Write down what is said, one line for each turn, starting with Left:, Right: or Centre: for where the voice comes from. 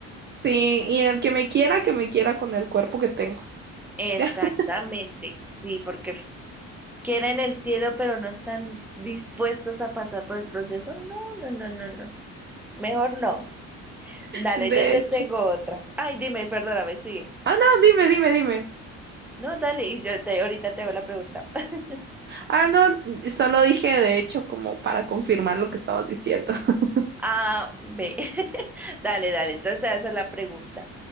Right: sí, y el que me quiera, que me quiera con el cuerpo que tengo.
Centre: Exactamente,
Right: <laughs>
Centre: sí, porque f- quieren el cielo, pero no están dispuestos a pasar por el proceso. No, no, no, no, no, mejor no. Dale,
Right: de
Centre: yo te
Right: hecho.
Centre: tengo otra. Ay, dime, perdóname, sigue.
Right: Ah, no, dime, dime, dime.
Centre: No, dale, y yo te, ahorita te hago la pregunta. <laughs>
Right: Ah, no, solo dije de hecho como para confirmar lo que estabas diciendo. <laughs>
Centre: Ah, ve. <laughs> Dale, dale, entonces te voy a hacer la pregunta.